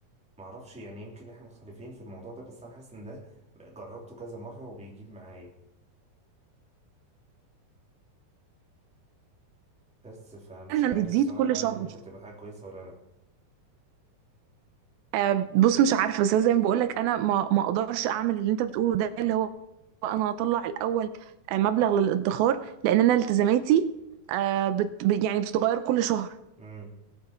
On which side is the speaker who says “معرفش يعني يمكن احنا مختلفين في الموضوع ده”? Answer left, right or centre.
Centre